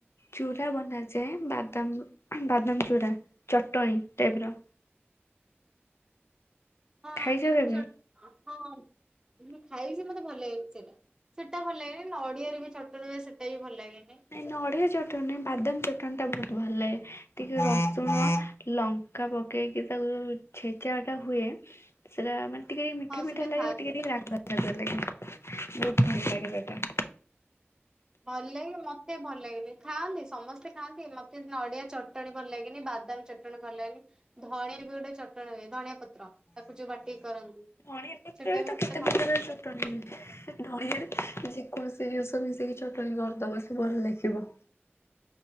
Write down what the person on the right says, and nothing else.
ହଁ
ଯଉଁ
ଚଟ୍- ହଁ। ମୁଁ ଖାଇଚି ମତେ ଭଲ ଲାଗେନି ସେଇଟା ସେଇଟା ଭଲ ଲାଗେନି ନଡିଆରେ ବି ଚଟଣି ହୁଏ ସେଇଟା ବି ଭଲ ଲାଗେନି।
ହଁ
ସେଟା
ଖାଆନ୍ତି।
ଭଲ୍ ଲାଗେ ମତେ ଭଲ ଲାଗେନି ଖାଆନ୍ତି ସମସ୍ତେ ଖାଆନ୍ତି ମତେ ନଡ଼ିଆ ଚଟଣି ଭଲ ଲାଗେନି, ବାଦାମ ଚଟ୍ଟ୍ ଭଲ ଲାଗି ଧଣି ବି ଗୋଟେ ଚଟଣ ହୁଏ ଧଣିଆ ପତ୍ର ତାକୁ ଯୋଉ ବାଟିକି କରନ୍ତି।
ସେଟା ବି ମତେ ଭଲ ଲାଗେନି।